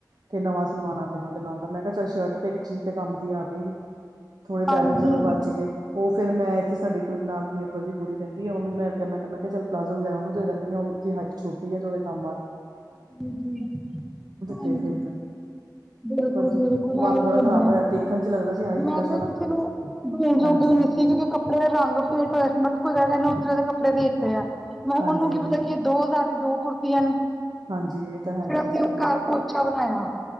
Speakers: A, on the right; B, in the centre.
A: ਤੇ ਨਵਾਂ ਸਿਲਵਾਣਾ ਪਿਆ ਉਹਦੇ ਨਾਲ ਦਾ, ਮੈਂ ਕਿਹਾ ਚੱਲ ਸ਼ਰਟ ਤੇ ਇੱਕ ਚੀਜ਼ ਤੇ ਕੰਮ ਦੀ ਆ ਗਈ। ਥੋੜੇ ਪੈਸੇ
B: ਹਾਂਜੀ
A: ਚਲੋ ਬਚ ਗਏ। ਉਹ ਫਿਰ ਮੈਂ ਇੱਥੇ ਸਾਡੇ ਕੋਈ ਨਾਲ ਨੇਬਰ ਦੀ ਕੁੜੀ ਰਹਿੰਦੀ ਆ, ਉਹਨੂੰ ਮੈਂ ਕਿਹਾ- ਮੈਂ ਕਿਹਾ- ਮੈਂ ਕਿਹਾ ਚੱਲ ਪਲਾਜ਼ੋ ਵਗੈਰਾ ਉਹਨੂੰ ਦੇ ਦਿੰਦੀ ਆ, ਉਹਦੀ ਹਾਈਟ ਛੋਟੀ ਐ, ਤੇ ਉਹਦੇ ਕੰਮ ਆ
B: ਹਾਂਜੀ ਜੀ। ਹਾਂਜੀ
A: ਤੇ ਫਿਰ ਮੈਂ
B: ਬਿਲਕੁਲ-
A: ਪਰ
B: ਬਿਲਕੁਲ
A: ਮਨ
B: ਇਹੀ
A: ਬੜਾ
B: ਹੁੰਦਾ
A: ਖ਼ਰਾਬ ਹੋਇਆ
B: ਆ,
A: ਦੇਖਣ ਚ ਲੱਗਦਾ ਸੀ ਹਾਏ
B: ਮੈਂ
A: ਕਿੰਨਾ
B: ਤੇ
A: ਸੋਹਣਾ
B: ਕਿਸੇ ਨੂੰ ਦੇਣ ਜੋਗੇ
A: ਹਾਂਜੀ
B: ਵੀ ਠੀਕ ਕੱਪੜੇ ਰੰਗ ਫੇਂਟ ਹੋਇਆ ਸੀ, ਮੈਂ ਕਿਹਾ ਕੋਈ ਕਹਿੰਦਾ ਉਸ ਤਰਾਂ ਦੇ ਕੱਪੜੇ ਦੇ ਪਿਆ, ਮੈਂ
A: ਹਾਂਜੀ
B: ਕਿਹਾ ਉਹਨੂੰ ਕੀ
A: ਹਾਂਜੀ
B: ਪਤਾ ਕਿ ਐ ਦੋ ਹਜ਼ਾਰ ਦੀ ਦੋ ਕੁੜਤੀਆਂ ਨੇ।
A: ਹਾਂਜੀ। ਤਾਂ ਹੈ ਹੀ
B: ਫਿਰ ਅਸੀਂ
A: ਹੈ, ਸਹੀ
B: ਉਹ
A: ਗੱਲ
B: ਘਰ ਪੋਚਾ ਬਣਾਇਆ,